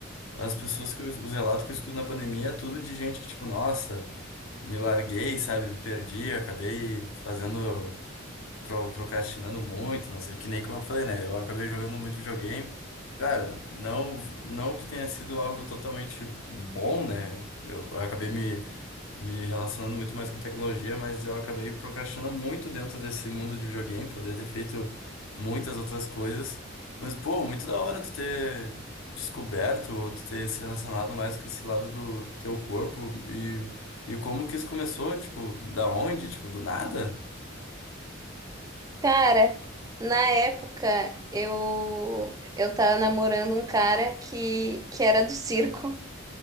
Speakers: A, on the left; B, on the right.
A: as pessoas que eu, os relatos que eu escuto na pandemia é tudo de gente que, tipo, nossa, me larguei, sabe, me perdi, acabei fazendo. pro- procrastinando muito, não sei, que nem como eu falei, né? Eu acabei jogando muito videogame. Cara, não, não que tenha sido algo totalmente bom, né? Eu acabei me, me relacionando muito mais com tecnologia, mas eu acabei procrastinando muito dentro desse mundo de videogame. Poderia ter feito muitas outras coisas. Mas, pô, muito da hora tu ter descoberto ou tu ter se relacionado mais com esse lado do teu corpo e, e como que isso começou, tipo, da onde, tipo, do nada?
B: Cara, na época eu eu tava namorando um cara que, que era do circo